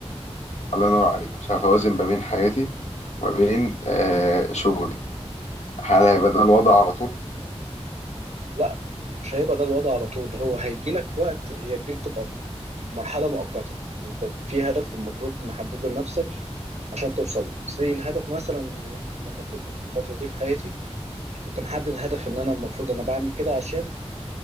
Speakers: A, on the left; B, on the right.
A: الله ينور عليك مش عارف اوازن ما بين حياتي وما بين آه شغلي هل هيبقى ده الوضع على طول
B: لا مش هيبقى ده الوضع على طول هو هيجي لك وقت هي دي بتبقى مرحلة مؤقتة انت في هدف المفروض محدده لنفسك عشان توصل له زي الهدف مثلا إنه لما كنت في الفترة دي في حياتي كنت محدد هدف ان انا المفروض انا بعمل كده عشان